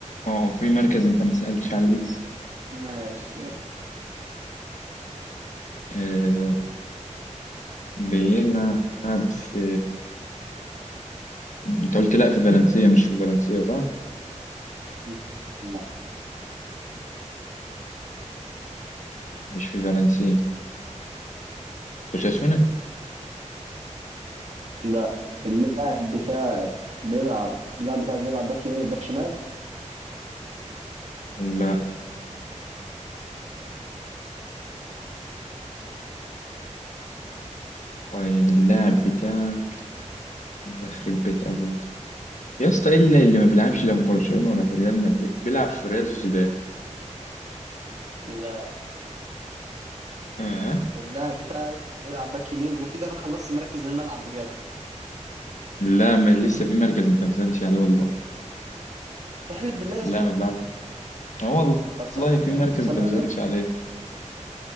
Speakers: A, on the left; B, on the right.
A: ما هو في مركز انت ما سألتش عليه لسه
B: ماشي
A: آه. بيلعب في انت قلت لا في فالنسيا مش في فالنسيا صح
B: لا لا
A: مش في فالنسيا أوساسونا
B: لا. اللاعب بتاعي بيلعب اللاعب بتاعك بيلعب باك يمين باك شمال
A: لا طيب اللاعب بتاعك الله يخرب بيت أبوه يا اسطى ايه اللي, اللي ما بيلعبش لا في برشلونة ولا في ريال مدريد بيلعب في ريال سوسيداد
B: لا
A: اه
B: اللاعب بتاعي بيلعب باك يمين وكده انا خلصت مراكز الملعب بجد
A: لا ما لسه في مركز انت ما سألتش عليه والله
B: تحلف بالله يا
A: لا
B: اسطى
A: ما بيلعبش اه
B: طب صلى
A: والله
B: على
A: في
B: النبي
A: مركز
B: صلى
A: انت ما
B: على
A: سألتش
B: النبي
A: عليه